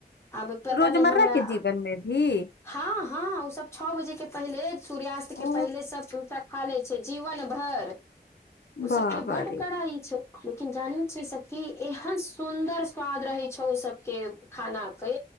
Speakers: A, on the left; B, on the left.
A: आब पता
B: रोजमर्रा
A: नहि हमरा
B: के जीवन मे भी
A: हँ हँ ओसभ छः बजे के पहिले सूर्यास्त के
B: ओ
A: पहिले सब पूरा खा लै छै जीवन भर ओ
B: बाबा
A: सबके बड
B: रे
A: कड़ाई छै लेकिन जानै छियै सखि एहन सुन्दर स्वाद रहै छौ ओ सबके खाना के